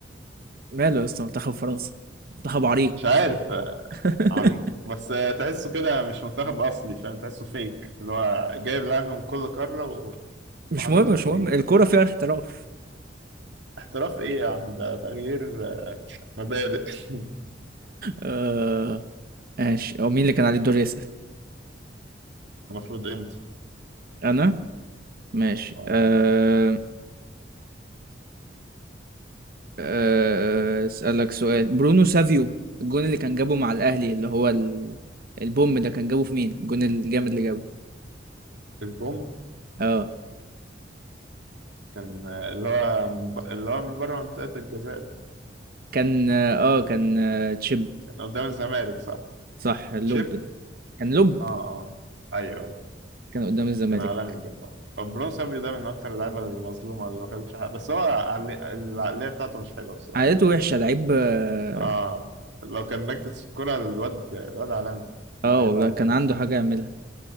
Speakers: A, on the right; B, on the right.
A: ماله يا اسطى منتخب فرنسا منتخب عريق
B: مش عارف <laughs>
A: <laughs>
B: عريق بس آه، تحسه كده مش منتخب اصلي فاهم تحسه فيك اللي هو جايب لعيبه من كل قاره و-
A: مش
B: وحاططهم
A: مهم مش
B: فيه
A: مهم الكورة فيها احتراف
B: احتراف ايه يا عم ده تغيير آه، مبادئ <laughs>
A: آه ماشي هو مين اللي كان عليه الدور يسأل
B: المفروض امتى
A: أنا ماشي
B: اه
A: آه آه أسألك سؤال برونو سافيو الجون اللي كان جابه مع الأهلي اللي هو ال... البوم ده كان جابه في مين الجون الجامد اللي جابه
B: البوم
A: اه
B: كان آه، اللي هو من ب- اللي هو من بره منطقه الجزاء ده.
A: كان اه آه، كان آه تشيب
B: كان قدام الزمالك صح
A: صح اللوب
B: شيب
A: كان لوب
B: اه اه ايوه ايوه
A: كان قدام الزمالك
B: كان عالمي بجد آه. برونو صبري ده من اكتر اللعيبه المظلومه اللي ما خدتش حاجه بس هو عقل- العقليه بتاعته مش حلوه الصراحه
A: عادته وحشة لعيب اه
B: اه لو كان مركز في الكورة الواد الواد عالمي لعيب
A: آه والله
B: عالمي
A: كان عنده حاجة يعملها